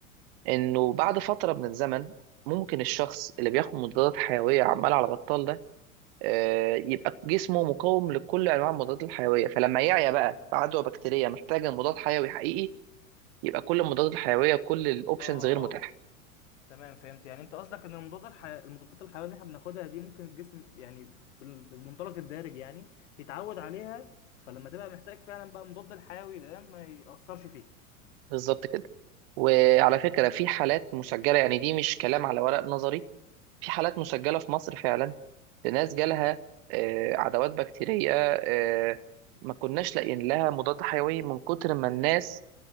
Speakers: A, on the right; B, on the left.
A: إنه بعد فترة من الزمن ممكن الشخص اللي بياخد مضادات حيوية عمال على بطال ده آه، يبقى جسمه مقاوم لكل أنواع المضادات الحيوية فلما يعيا بقى في عدوى بكتيرية محتاجة مضاد حيوي حقيقي يبقى كل المضادات الحيوية كل الأوبشنز
B: اه
A: غير
B: اه
A: متاحة
B: تمام فهمت يعني انت قصدك ان المضادات الح... المضادات الحيويه اللي احنا بناخدها دي ممكن الجسم يعني بال- بالمنطلق الدارج يعني يتعود عليها فلما تبقى محتاج فعلا بقى مضاد الحيوي ده ما يأثرش فيك
A: بالظبط كده وعلى فكرة في حالات مسجلة يعني دي مش كلام على ورق نظري في حالات مسجلة في مصر فعلا لناس جالها آه، عدوات بكتيرية آه، ما كناش لاقيين لها مضاد حيوي من كتر ما الناس